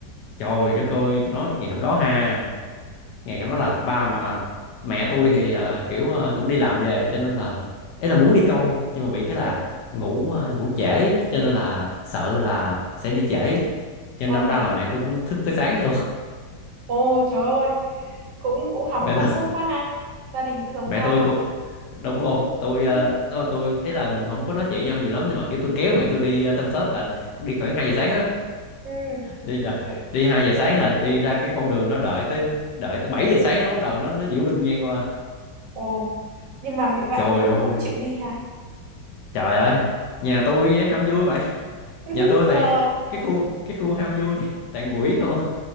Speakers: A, on the left (about 70°); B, on the right (about 70°).
A: trời đất ơi tôi nói cái ngày hôm đó ha ngày hôm nói là ba mà à, mẹ tôi thì ờ, kiểu ờ, cũng đi làm về cho nên là ấy là muốn đi coi nhưng mà bị cái
B: ừ.
A: là ngủ ờ, ngủ trễ cho nên là sợ là sẽ đi trễ cho
B: ờ.
A: nên đâm ra là mẹ tôi cũng thức tới sáng luôn
B: ồ trời ơi cũng cũng hóng
A: <laughs> mẹ
B: concert
A: tôi
B: quá ha gia đình cũng giống
A: mẹ
B: nhau
A: tôi
B: ha
A: cũng đúng luôn tôi ờ,
B: ừ.
A: đó là tôi ấy là mình không có nói chuyện nhau nhiều lắm nhưng mà kiểu tôi kéo
B: Ừ.
A: mẹ tôi đi uh, concert là đi khoảng 2 giờ sáng á
B: Ừ.
A: đi đà-
B: Vậy-
A: đi 2 giờ sáng là đi ra cái con đường đó đợi tới đợi tới 7 giờ sáng nó bắt đầu nó nó diễu binh ngang qua
B: ồ nhưng mà mẹ bạn
A: trời
B: cũng
A: ơi
B: cũng chịu đi ha
A: trời ơi nhà tôi ham vui vậy
B: <laughs>
A: nhà tôi toàn
B: ờ.
A: cái khu cái khu ham vui toàn quỷ không à,